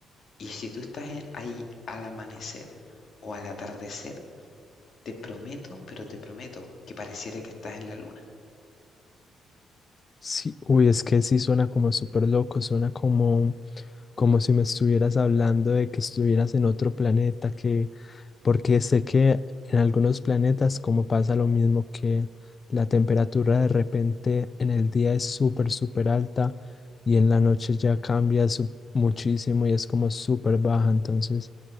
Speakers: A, on the left; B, on the left.
A: Y si tú estás en- ahí al amanecer o al atardecer, te prometo, pero te prometo que pareciera que estás en la luna.
B: Sí, uy, es que sí suena como súper loco, suena como, como si me estuvieras hablando de que estuvieras en otro planeta, que, porque sé que en algunos planetas como pasa lo mismo que la temperatura de repente en el día es súper, súper alta y en la noche ya cambia su- muchísimo y es como súper baja, entonces